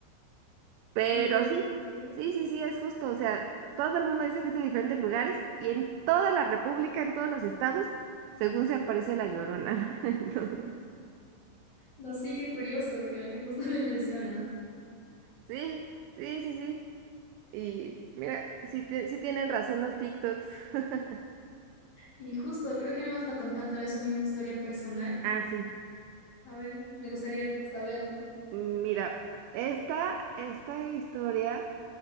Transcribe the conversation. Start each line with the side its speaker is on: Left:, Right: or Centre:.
Right: Pero
Left: sí, claro.
Right: sí,
Left: Sí.
Right: sí, sí, sí, es justo. O sea, todo el mundo dice que es de diferentes lugares y en toda la República, en todos los estados, según se aparece la Llorona. ¿no? <laughs> Entonces,
Left: No, sí, qué curioso lo que justo me <laughs> mencionas.
Right: sí, sí, sí, sí. Y mira, sí, te- sí tienen razón los TikToks. <laughs>
Left: Y justo, creo que me vas a contar tal vez una historia personal.
Right: Ah, sí.
Left: A ver, me gustaría saber, ¿no?
Right: Mira, esta, esta historia